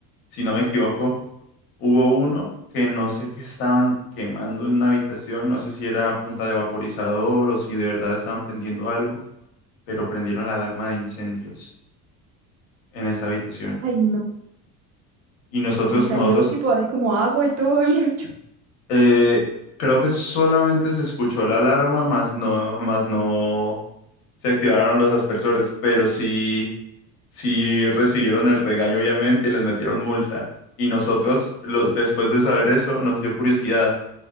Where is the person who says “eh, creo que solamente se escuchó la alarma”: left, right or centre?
Left